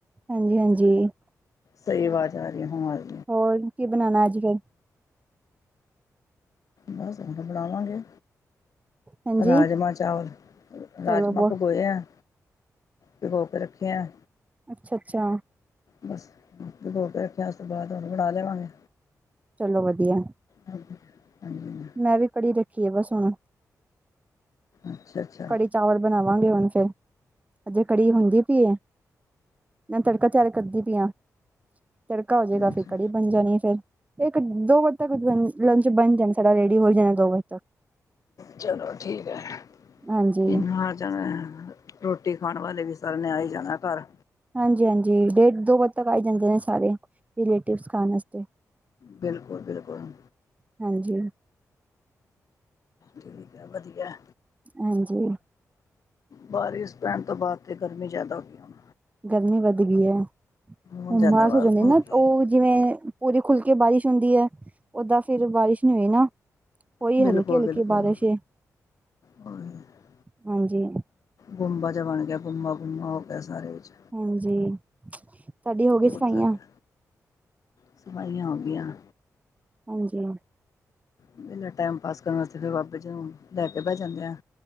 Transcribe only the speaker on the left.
ਸਹੀ ਅਵਾਜ਼ ਆ ਰਹੀ ਹੋ ਰ
ਬਸ ਹੁਨ ਫੇਰ ਬਣਾਵਾਂਗੇ
ਰਾਜਮਾਂ ਚਾਲ ਰਾਜਮਾਂ
ਭਗੋਏ ਆ। ਭਿਗੋ ਕੇ ਰੱਖੇ ਹਾਂ।
ਬਸ ਭਿਗੋ ਕੇ ਰੱਖਿਆ ਉਸ ਤੋਂ ਬਾਅਦ ਹੁਣ ਬਣਾ ਦੇਵਾਂਗੇ।
ਹਾਂਜੀ
ਅੱਛਾ ਅੱਛਾ।
ਅੱਛਾ
ਚਲੋ ਠੀਕ ਹੈ
ਇਨ ਮਾਰ ਜਾਂ <unintelligible> ਰੋਟੀ ਖਾਣ ਵਾਲੇ ਵੀ ਸਾਰੇ ਆ ਨੇ ਆਂ ਹੀ ਜਾਣਾ ਘਰ।
ਬਿਲਕੁਲ ਬਿਲਕੁਲ
ਠੀਕ ਹੈ ਵਧੀਆ।
ਬਾਰਿਸ਼ ਪੈਨ ਤੋਂ ਬਾਅਦ ਤੇ ਗਰਮੀ ਜਿਆਦਾ ਹੋ ਗਈ ਹੁਨ।
ਹੁਣ
ਜ਼ਿਆਦਾ ਵਾ
ਗਈ
ਬਿਲਕੁਲ
ਬਿਲਕੁਲ
ਬੜਾ
ਗੁੰਬਾ ਜਿਹਾ ਬਣ ਗਿਆ ਬੁਮਾ ਬੁਮਾ ਹੋ ਗਿਆ ਸਾਰੇ ਵਿਚ।
ਬਹੁਤ
ਜ਼ਿਆਦਾ ਸਫਾਈਆਂ ਹੋ ਗਈਆਂ
ਵੇਹਲੇ ਟਾਈਮ ਪਾਸ ਕਰਨ ਵਾਸਤੇ ਫਿਰ ਬਾਬੇ ਜੀ ਨੂੰ ਲੈ ਕੇ ਬਹਿ ਜਾਂਦੇ ਆ